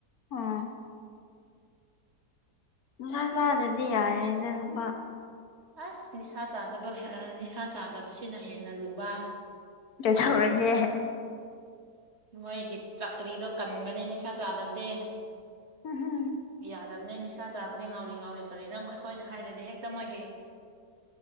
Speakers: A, on the left (about 70°); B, on the right (about 45°).
A: ꯑꫭ ꯅꯤꯁꯥ ꯆꯥꯗ꯭ꯔꯗꯤ ꯌꯥꯔꯦꯗ ꯅꯨꯨꯄꯥ
B: ꯑꯁ ꯅꯤꯁꯥ ꯆꯥꯗꯕ ꯅꯤꯁꯥ ꯆꯥꯗꯕꯁꯤꯅ ꯍꯦꯟꯅ ꯂꯨꯕ
A: ꯀꯩꯗꯧꯔꯒꯦ
B: ꯃꯣꯏꯒꯤ ꯆꯛꯀ꯭ꯔꯤꯗꯣ ꯀꯟꯕꯅꯦ ꯅꯤꯁꯥ ꯆꯥꯗꯕꯗꯤ
A: ꯎꯝ ꯍꯝ
B: ꯌꯥꯗꯕꯅꯦ ꯅꯤꯁꯥ ꯆꯥꯕꯗꯤ ꯉꯥꯎꯔꯤ ꯉꯥꯎꯔꯤ ꯀꯔꯤꯅꯣ ꯑꯩꯈꯣꯏꯅ ꯍꯥꯏꯔꯗꯤ ꯍꯦꯛꯇ ꯃꯣꯏꯒꯤ